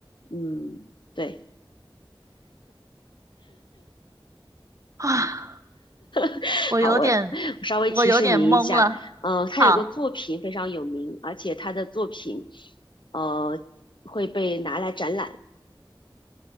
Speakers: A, on the left; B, on the right.
A: 嗯，对，
B: 啊，
A: <laughs>
B: 我有点，
A: 好，我我稍微提示您一下，
B: 我有点懵了。
A: 呃，他有个作品非常有名，
B: 好。
A: 而且他的作品，呃，会被拿来展览。